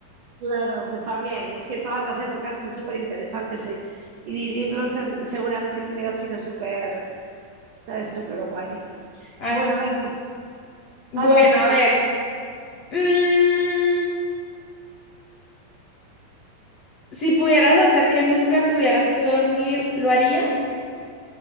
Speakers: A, on the right; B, on the left.
A: Claro, pues también. Es que todas las épocas son súper interesantes y, y vivirlos eh, seguramente que hubiera sido súper, ¿sabes? Súper guay.
B: Así.
A: Bueno, venga.
B: Bueno,
A: Ah, no, sí,
B: a
A: te-
B: ver. mm, si pudieras hacer que nunca tuvieras que dormir, ¿lo harías?